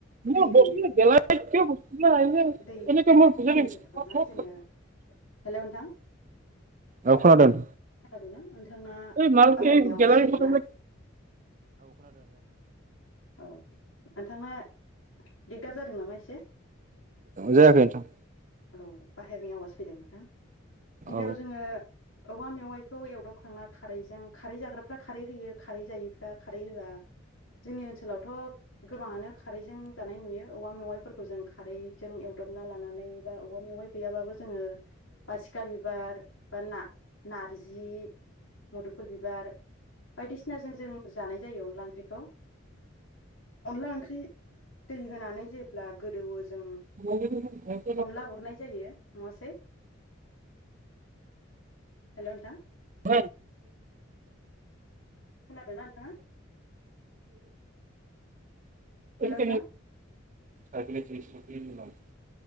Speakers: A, on the right; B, on the left.
A: म
B: दै होयो
A: बस्थु गेलां बस्थु एऐ
B: दै
A: म बुजा
B: दै
A: ख
B: होखांना जोङो हेल' नोंथां
A: ए खना दथ
B: खोनादोंना नोंथांना
A: माल
B: बाहेरनि
A: गख
B: आवाज फैदोंना औ नोंथांना दिगदार जादों नामा एसे
A: जायाखै नोंथां
B: औ बाहेरनि आवाज फैदों नोंथां गिबियाव
A: औ
B: जोङो औवा मेवाइखौ एवदावखांना खारैजों खारै जाग्राफ्रा खारै होयो खारै जायिफ्रा खारै होआ जोंनि ओनसोलावथ' गोबाङानो खारैजों जानाय नुयो औवा मेवाइफोरखौ जों खारैजों एवदबना लानानै बा अबा मेवाइ गैयाबाबो जोङो बासिखा बिबार बा ना नारजि मुदुफुल बिबार बायदिसिनाजों जों जानाय जायो अनला ओंख्रिखौ अनला ओंख्रि दै होनानै जेब्ला गोदौवो जों
A: ब
B: अनला गरनाय जायो नङासै हेल' नोंथां
A: <unintelligible>
B: खोनादोंना नोंथाङा हेल' नोंथां
A: ख साइकलि जजख